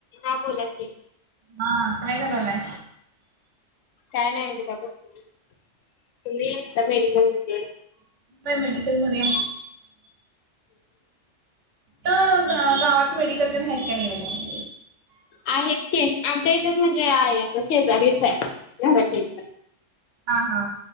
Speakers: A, on the left; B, on the right.
A: हा बोला की
B: हा काय करालाय
A: काय नाही बघा बसलोय तुम्ही आता मेडिकलमध्ये
B: तू काय मेडिकल मध्ये तर गावात मेडिकल आहेत की नाही गं
A: आहेत की आमच्या इथंच म्हणजे आहे आता शेजारीच आहे घराच्या इथं
B: हा हा